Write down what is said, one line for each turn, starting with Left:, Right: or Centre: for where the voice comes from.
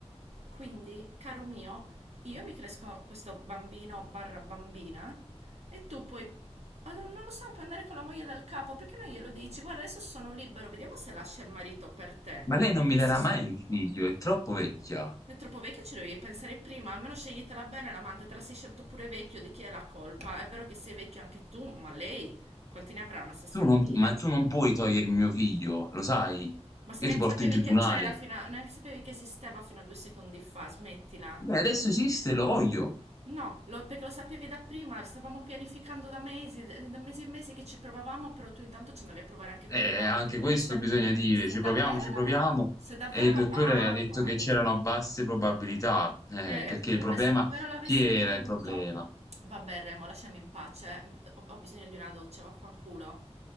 Right: Quindi, caro mio, io mi cresco questo bambino barra bambina e tu puoi, Ah, non non lo so, puoi andare con la moglie del capo perché non glielo dici? Guarda, adesso sono libero, vediamo se lascia il marito per te.
Left: Ma lei non
Right: Perché
Left: mi darà
Right: sei solo
Left: mai
Right: un
Left: il figlio,
Right: po'.
Left: è troppo vecchia.
Right: È troppo vecchia, ci dovevi pensare prima. Almeno sceglitela bene l'amante, te la sei scelto pure vecchio, di chi è la colpa? È vero che sei vecchio anche tu, ma lei quanti ne avrà? Una sessantina?
Left: Tu non pu ma tu non puoi togliermi mio figlio, lo sai?
Right: Ma se
Left: Io
Right: neanche
Left: ti porto
Right: sapevi
Left: in tribunale.
Right: che c'era fino a... neanche sapevi che esisteva fino a due secondi fa, smettila.
Left: Beh, adesso esiste, lo voglio.
Right: No, lo- perché lo sapevi da prima, stavamo pianificando da mesi, da mesi e mesi che ci provavamo, però tu intanto ci andavi a provare anche
Left: Eh,
Right: con un'altra.
Left: anche
Right: Quindi
Left: questo
Right: se,
Left: bisogna dire,
Right: se
Left: ci
Right: davvero
Left: proviamo, ci
Right: la...
Left: proviamo.
Right: se davvero
Left: E il
Right: la...
Left: dottore
Right: Ah,
Left: ha detto
Right: guarda.
Left: che c'erano basse probabilità, eh,
Right: Eh,
Left: perché
Right: eppure,
Left: il problema,
Right: se davvero l'avessi
Left: chi era
Right: voluto...
Left: il problema?
Right: Vabbè, Remo, lasciami in pace. Ho, ho bisogno di una doccia, vaffanculo.